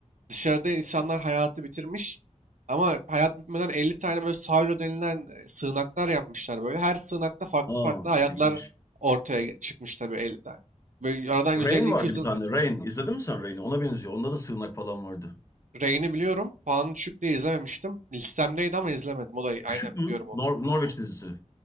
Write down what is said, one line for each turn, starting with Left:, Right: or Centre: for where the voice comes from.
Right: dışarıda insanlar hayatı bitirmiş ama hayat bitmeden 50 tane böyle Silo denilen e, sığınaklar yapmışlar böyle. Her sığınakta farklı
Left: Aa,
Right: farklı hayatlar
Left: ilginç.
Right: ortaya ge- çıkmış tabii 50 tane. Böyle aradan 150
Left: Rain vardı
Right: yüz
Left: bir
Right: yıl
Left: tane. Rain. İzledin mi sen Rain'i? Ona benziyor. Onda da sığınak falan vardı.
Right: Reign'i biliyorum. Puanı düşük diye izlememiştim. Listemdeydi ama izlemedim. O da aynen
Left: Düşük mü?
Right: biliyorum onu.
Left: Nor Norveç dizisi.